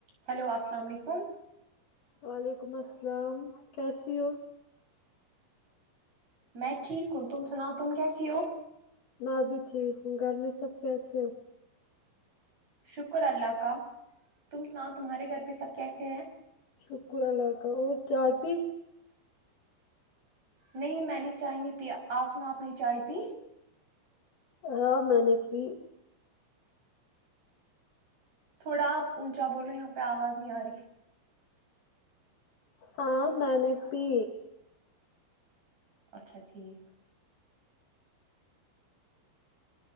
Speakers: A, on the right; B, on the left.
A: hello السلام علیکم
B: وعلیکم السلام کیسی ہو
A: میں ٹھیک ہوں تم سناؤ تم کیسی ہو
B: میں بھی ٹھیک ہوں گھر میں سب کیسے ہے
A: شکر اللہ کا تم سناؤ تمہارے گھر پہ سب کیسے ہیں
B: شکر اللہ کا اور چائی پی
A: نہیں میں نے چائے نہیں پی آپ نا آپ نے چائے پی
B: ہاں میں نے پی
A: تھوڑا آپ اونچا بولیں یہاں پہ آواز نہیں آ رہی
B: ہاں میں نے پی
A: اچھا ٹھیک